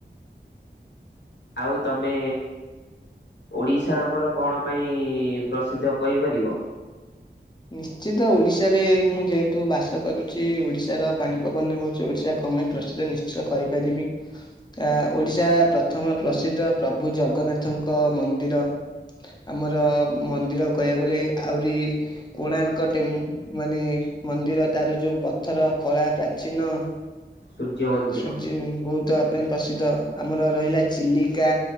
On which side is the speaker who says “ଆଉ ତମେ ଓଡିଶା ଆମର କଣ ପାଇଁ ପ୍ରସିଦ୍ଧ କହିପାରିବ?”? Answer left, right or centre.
Left